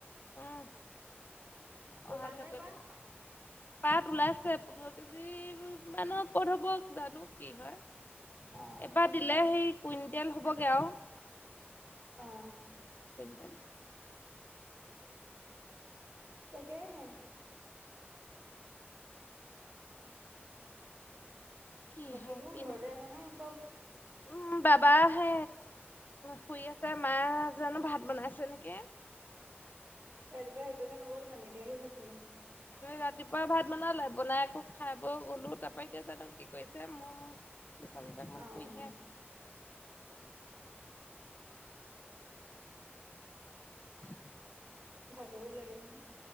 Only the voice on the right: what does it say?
ওলাল
নে
পাত
অ
অ'।
তাকেহে।
বাকীবোৰ
ঘৰতে
আছ নে চব
ৰাতিপুৱা হেৰি কৰি থৈ নগ'ল মানে এতিয়া আহি ভাত বনাইছে?
<inaudible>
অ',
ভাগৰো লাগে নহয়।